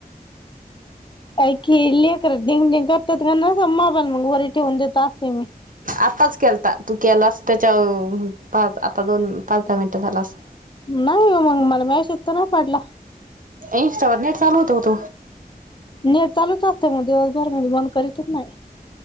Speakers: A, on the left; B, on the right.
A: काय की लेकर दिंद दिंग करतात म्हणू का मोबाईल मग वरे ठेवून देत असते मी.
B: आताच केलता तू केलास त्याच्या पाच आता दोन पाच दहा मिनिटं झाला अस
A: नाही हो मंग मला मेशज तर नाय पडला
B: इन्स्टावर नेट चालवत होत
A: नेट चालूचं असत मग दिवसभर मी बंद करीतच नाय.